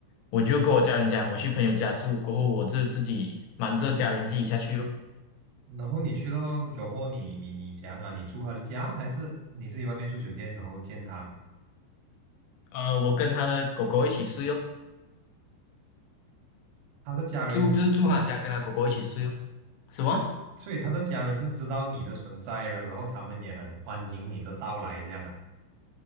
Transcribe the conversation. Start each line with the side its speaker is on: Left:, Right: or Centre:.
Left: 我就跟我家人讲，我去朋友家住，过后我就自己瞒着家人自己下去哦。
Right: 然后你去到酒后，你你你怎样啊？你住他的家，还是你自己外面住酒店，然后见他？
Left: 呃，我跟他的狗狗一起睡哦，
Right: 他的家人也知道啊，
Left: 住就是住他家，跟他狗狗一起睡哦。什么？
Right: 所以所以他的家人是知道你的存在的，然后他们也很欢迎你的到来，这样啊？